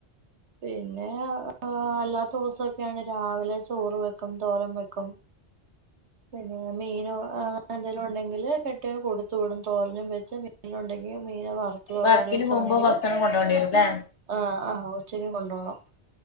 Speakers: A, on the right; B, on the left.
A: പിന്നെ അല്ലാത്ത ദിവസൊക്കെയാണെ രാവിലെ ചോറ് വെക്കും തോരം വെക്കും പിന്നെ മീന എന്തെങ്കലും ഉണ്ടെങ്കില് കെട്ടിയും കൊടുത്തു വിടും തോരനും വെച്ച് മീന ഉണ്ടെങ്കിൽ മീന് വറുത്തതോ
B: വർക്കിന്
A: കറി വെച്ചാണെങ്കില്
B: പോകുമ്പോ ഭക്ഷണം കൊണ്ടോണ്ടി വരുംല്ലേ
A: ആഹ് ആഹ് ഉച്ചക്ക് കൊണ്ടു പോണം